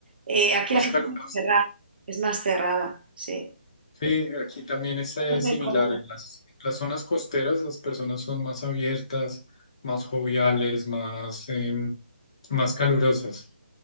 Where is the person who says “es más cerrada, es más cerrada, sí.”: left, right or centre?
Right